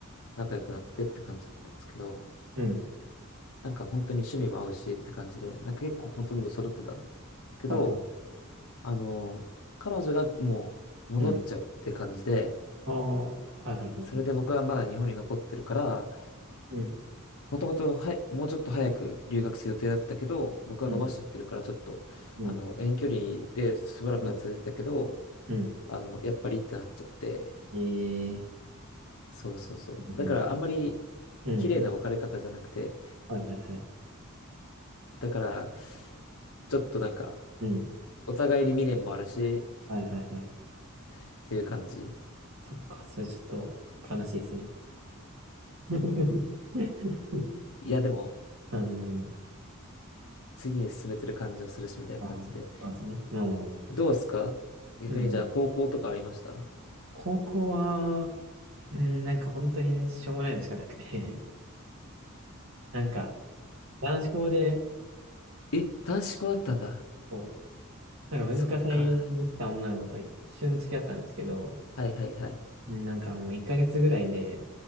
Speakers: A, on the left; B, on the right.
A: 仲良くなってって感じだったんですけど、
B: うん、
A: なんか本当に趣味も合うしって感じで、なんか結構ほとんど揃ってたんですけど、
B: はい、はい。
A: あの、彼女がもう戻っちゃうって感じで、
B: うん。ああ、はい、はい、はい。
A: それで僕はまだ日本に残ってるから、
B: はいうん、
A: もともとはもうちょっと早く留学する予定だったけど、僕は伸ばしちゃってるからちょっと、
B: うん、うん、
A: あの、遠距離でしばらくは続いてたけど、
B: うん、うん。
A: あの、やっぱりってなっちゃって、
B: ええ
A: そうそうそう。
B: なるほど。
A: だからあんまり
B: うん、
A: 綺麗な別れ方じゃなくて、
B: うん。はい、はい、はい。
A: だからちょっとなんか、
B: うん、
A: お互いに未練もあるし、
B: はい、はい、はい。
A: っていう感じ。
B: そっか、それちょっと悲しいですね。<laughs>
A: いや、でも、
B: うん、
A: 次に進めてる感じをするし、みたいな感じで。
B: あーそうですね。うん、確か
A: どうっすか逆にじゃあ高校とかありました
B: に。うん。高校は、うん、なんか本当にしょうもないのしかなくてなんか、男子校で、
A: え、男子校あったんだ。
B: こう、なんか文化祭に来た女の子と一瞬付き合ったんですけど、
A: そっか。はいはいはい。
B: なんかもう1ヶ月ぐらいで、